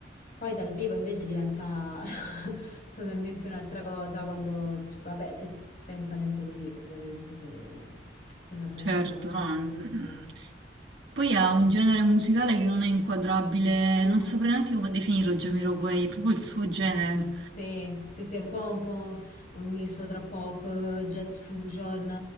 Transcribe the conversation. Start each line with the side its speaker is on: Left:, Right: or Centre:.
Left: poi dal vivo invece diventa <laughs> totalmente un'altra cosa quando, vabbè, se sei in talento così, ovviamente, se, se la band
Right: Certo,
Left: suona in questa
Right: no. mm.
Left: maniera.
Right: Poi ha un genere musicale che non è inquadrabile,
Left: Mm.
Right: non saprei neanche come definirlo, Jamiroquai, è proprio il suo genere.
Left: Sì, sì, sì, è un po', un po' un misto tra pop, jazz fusion,